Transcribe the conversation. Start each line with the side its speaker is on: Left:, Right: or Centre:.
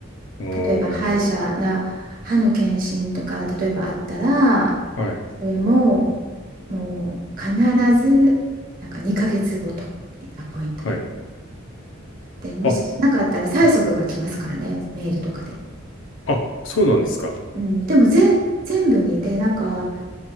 Left: うーん。
Right: 例えば歯医者な歯の検診とか例えばあったら
Left: はい。
Right: それももう必ずなんか2ヶ月ごとにアポイントメン
Left: はい。
Right: トでもしなかったら催促が来ますからねメールとかで、
Left: あ、はい。あ、そうなんですか。
Right: うん、でもぜ全部にでなんか